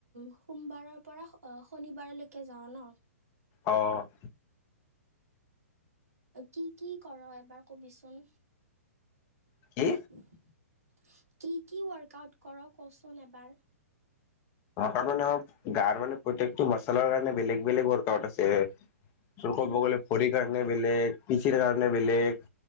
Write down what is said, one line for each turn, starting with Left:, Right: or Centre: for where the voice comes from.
Right: সোমবাৰৰ পৰা শনিবাৰলৈকে যাওঁ ন?
Left: অ'
Right: কি কি কৰ এবাৰ কবিচোন?
Left: কি
Right: কি কি ৱৰ্্কআউট কৰ, কচোন এবাৰ।
Left: অ' ত মানে গাৰ মানে প্ৰত্য়েকটো মছলাৰ কাৰণে বেলেগ বেলেগ ৱৰ্কআউট আছে। চক
Right: উম,
Left: বগলে ভৰিৰ কাৰণে বেলেগ পিচিৰ কাৰণে বেলেগ।